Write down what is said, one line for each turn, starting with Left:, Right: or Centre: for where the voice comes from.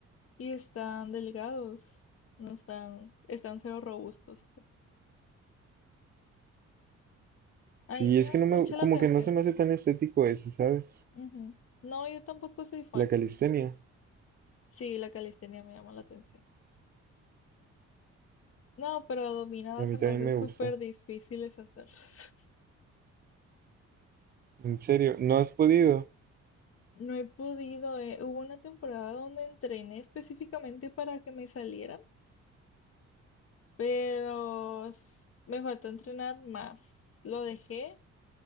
Left: y están delgados, no están, están cero robustos. A
Right: Sí,
Left: mí me
Right: es
Left: llama
Right: que no
Left: mucho
Right: me, como
Left: la atención.
Right: que no se me hace tan estético eso, ¿sabes?
Left: Ujú. No, yo tampoco soy fan.
Right: La calistenia,
Left: Sí, la calistenia me llama la atención. No, pero dominadas
Right: a mí
Left: se
Right: también
Left: me hacen
Right: me
Left: súper
Right: gusta.
Left: difíciles hacerlas. <laughs>
Right: En serio, ¿no has podido?
Left: No he podido, eh. Hubo una temporada donde entrené específicamente para que me salieran, pero s- me faltó entrenar más. Lo dejé